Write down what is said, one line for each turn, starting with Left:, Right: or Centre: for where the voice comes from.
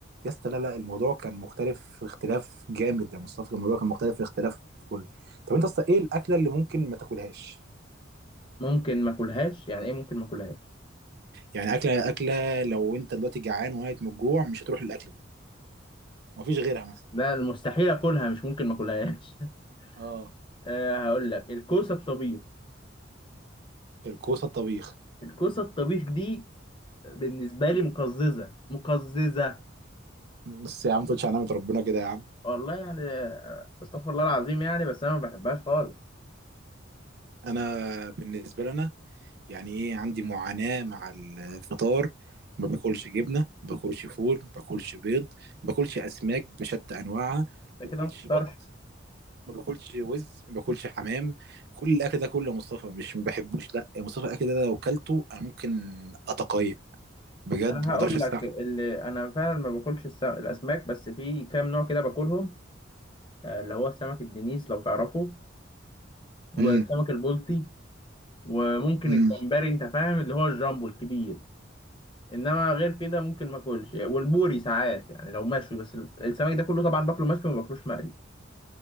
Right: يا اسطى لا لا الموضوع كان مختلف في اختلاف جامد يا مصطفى كان الموضوع كان مختلف في اختلاف كل طب انت اصلا ايه الأكلة اللي ممكن ما تاكلهاش؟
Left: ممكن ما اكلهاش يعني ايه ممكن ما اكلهاش
Right: يعني أكلة أكلة لو انت دلوقتي جعان وميت من الجوع مش هتروح للأكلة دي مفيش غيرها مثلا
Left: لا المستحيل اكلها مش ممكن ما اكلهاش
Right: اه
Left: <laughs> أه هقول لك الكوسه الطبيخ
Right: الكوسة الطبيخ
Left: الكوسه الطبيخ دي بالنسبه لي مقززه مقززه
Right: بس يا عم ما تقولش على نعمة ربنا كده يا عم
Left: والله يعني آه، استغفر الله العظيم يعني بس انا ما بحبهاش خالص
Right: انا بالنسبة لنا يعني ايه عندي معاناة مع الفطار ما باكلش جبنة ما باكلش فول ما باكلش بيض ما باكلش أسماك بشتى أنواعها
Left: ده
Right: ما
Left: كده
Right: باكلش
Left: ما تفطرش
Right: بط ما باكلش وز ما باكلش حمام كل الأكل ده كله يا مصطفى مش ما بحبوش لا يا مصطفى الأكل ده لو كلته أنا ممكن أتقيأ بجد
Left: انا
Right: ما
Left: هقول
Right: أقدرش أستحمل
Left: لك اللي انا فعلا ما باكلش الس- الاسماك بس في كام نوع كده باكلهم آه، اللي هو سمك الدنيس لو تعرفه والسمك
Right: امم
Left: البلطي وممكن
Right: امم
Left: الجمبري انت فاهم اللي هو الجامبو الكبير انما غير كده ممكن ما اكلش والبوري ساعات يعني لو مشوي بس السمك ده كله طبعا باكله مشوي ما باكلوش مقلي